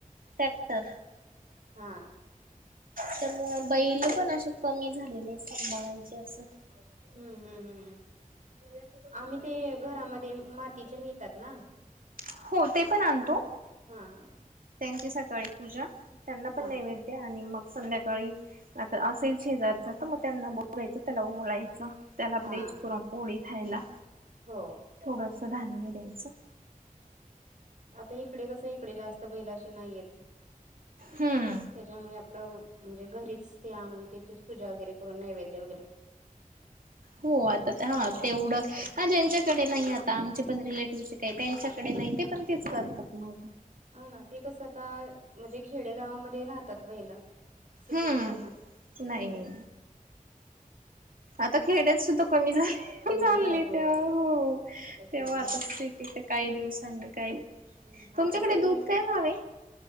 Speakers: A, on the right; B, on the right.
A: ट्रॅक्टर
B: हा
A: त्यामु बैल पण असे कमी झालेले सांभळायचे असं
B: हम्म हम्म हम् आम्ही ते घरामध्ये मातीचे म तत ना
A: हो ते पण आणतो
B: हा
A: त्यांची सकाळी पूजा त्यांना पण
B: हा
A: नैवेद्य आणि मग संध्याकाळी आता असेल शेजारचा तर मग त्यांना बघायचं त्याला ओळायचं त्याला
B: हा
A: ब्लेच पुुरम पोळी खायला
B: हो
A: थोडंसं धान्य द्यायचं
B: आता इकडे कस इकडे जास्त बैलाशी नाहीयेत त्याच्यामुळे
A: हम्म
B: आपलं म्हणजे घरीच ते आणून त्याचीच पूजा वगैरे करून नैवेद्य वगैरे
A: हो आता हा तेवढं हा ज्यांच्याकडे नाही आता आमचे पण रिलेटिव्हे काही त्यांच्याकडे नाही ते पण तेच करतात मा
B: हा ना ते कसं आता म्हणजे खेडे गावामध्ये राहतात बहिलं सिटीत
A: हम्म
B: नाही ना
A: नाही आता खेड्यात सुद्धा कमी झाले
B: कमी
A: चालली
B: झाल्यात होय
A: तेव्हा हो
B: आता
A: तेव्हा
B: कमी झाल्यात.
A: आता सिटीथ काही दिवसांनी काही
B: हम्म
A: तुमच्याकडे
B: आता सगळी
A: दूध काय व्हावे